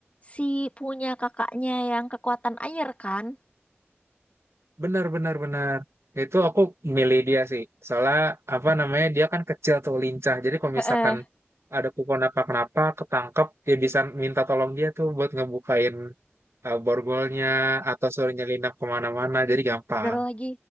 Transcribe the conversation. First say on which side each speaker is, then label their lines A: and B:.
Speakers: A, on the left; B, on the right.
A: si punya kakaknya yang kekuatan air kan?
B: benar benar benar itu aku milih dia sih soalnya apa namanya dia kan kecil tuh lincah jadi kalau
A: Heeh.
B: misalkan ada kupon apa kenapa ketangkep dia bisa minta tolong dia tuh buat ngebukain eh, borgolnya atau suruh nyelinap kemana-mana jadi gampang
A: Bener lagi,